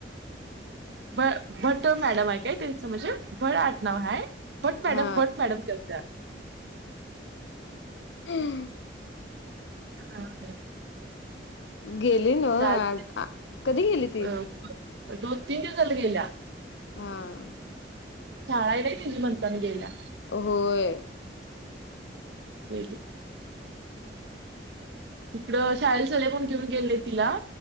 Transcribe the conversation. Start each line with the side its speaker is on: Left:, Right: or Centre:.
Right: भ भट्ट मॅडम आहे काय त्यांच? म्हणजे भट आड नाव हाय- भट मॅडम,
Left: हा
Right: भट मॅडम करत्या.
Left: हं.
Right: हां.
Left: गेली न
Right: चाल
Left: आज? कधी गेली ती?
Right: अ दोन तीन दिवस झाल गेल्या.
Left: आं.
Right: शाळा आहे ना तिची म्हणताना गेल्या.
Left: होय.
Right: गेली तिकडं शाळेला चले म्हणून घेऊन गेले तिला.